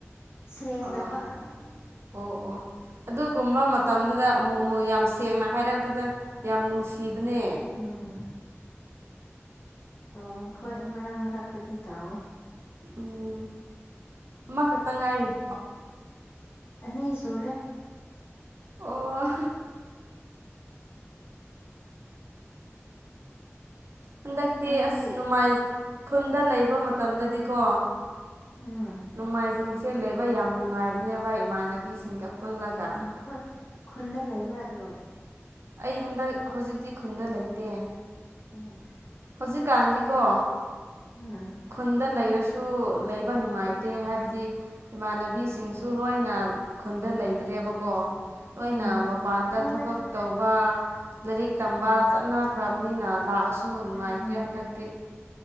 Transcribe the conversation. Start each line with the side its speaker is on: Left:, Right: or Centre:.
Left: ꯁꯦꯡꯗꯕ
Right: ꯑꯥ ꯑꯣ ꯑꯣ ꯑꯗꯨꯒꯨꯝꯕ ꯃꯇꯝꯗꯨꯗ ꯑꯃꯨꯛ ꯃꯨꯛ ꯌꯥꯝ ꯁꯦꯡꯅ ꯍꯥꯏꯔꯛꯄꯗ ꯌꯥꯝ ꯅꯨꯡꯁꯤ ꯁꯤꯕꯅꯦ
Left: ꯎꯝ ꯑꯣ ꯍꯣꯏ ꯃꯔꯛ ꯃꯔꯛꯇꯗꯤ ꯇꯥꯑꯦ
Right: ꯎꯝ ꯑꯃꯈꯛꯇ ꯉꯥꯏꯔꯤꯕꯣ
Left: ꯑꯅꯤ ꯁꯨꯔꯦ
Right: ꯑꯣ ꯍꯟꯗꯛꯇꯤ
Left: ꯅꯣꯏꯗꯤ
Right: ꯑꯁ ꯅꯣꯡꯃꯥꯏ ꯈꯨꯟꯗ ꯂꯩꯕ ꯃꯇꯝꯗꯗꯤꯀꯣ
Left: ꯎꯝ
Right: ꯅꯣꯡꯃꯥꯏꯖꯤꯡꯁꯦ ꯂꯩꯕ ꯌꯥꯝ ꯅꯨꯡꯉꯥꯏꯕꯅꯦꯕ ꯏꯃꯥꯟꯅꯕꯤꯁꯤꯡꯒ ꯄꯨꯜꯂꯒ
Left: ꯎꯝ ꯈꯨ ꯈꯨꯟꯗ ꯂꯩꯕ꯭ꯔꯥ ꯑꯗꯨꯝ
Right: ꯑꯩ ꯍꯟꯗꯛ ꯍꯧꯖꯤꯛꯇꯤ ꯈꯨꯟꯗ ꯂꯩꯇꯦ
Left: ꯎꯝ
Right: ꯍꯧꯖꯤꯛꯀꯥꯟꯗꯤꯀꯣ
Left: ꯎꯝ
Right: ꯈꯨꯟꯗ ꯂꯩꯔꯁꯨ ꯁꯨ ꯂꯩꯕ ꯅꯨꯡꯉꯥꯏꯇꯦ ꯍꯥꯏꯕꯗꯤ ꯏꯃꯥꯟꯅꯕꯤꯁꯤꯡꯁꯨ ꯂꯣꯏꯅ ꯈꯨꯟꯗ ꯂꯩ ꯂꯩꯇꯔꯕꯀꯣ ꯂꯣꯏꯅ
Left: ꯎꯝ
Right: ꯃꯄꯥꯟꯗ
Left: ꯑꯗꯨꯅꯦ
Right: ꯊꯕꯛ ꯇꯧꯕ ꯂꯥꯏꯔꯤꯛ ꯇꯝꯕ ꯆꯠꯅꯈ꯭ꯔꯕꯅꯤꯅ ꯂꯥꯛꯑꯁꯨ ꯅꯨꯡꯉꯥꯏꯇ꯭ꯔꯦ
Left: ꯎꯝ
Right: ꯍꯟꯗꯛꯇꯤ